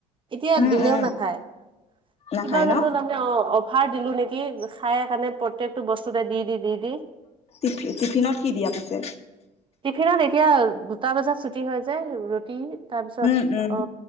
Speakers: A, on the right; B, on the left.
A: এতিয়া
B: উম
A: দিলেও
B: উম
A: নাখায়
B: নাখায়
A: কিবা জানো
B: ন
A: তাৰমানে অ অফাৰ দিলো নেকি খাইে কাৰণে প্ৰত্য়েকটো বস্তুতে দি দি দি দি
B: টিফ টিফিনত কি দিয়া পিছে
A: টিফিনত এতিয়া দুটা বজাত ছুটি হয় যে ৰুটি তাৰপিছত
B: উম উম
A: অ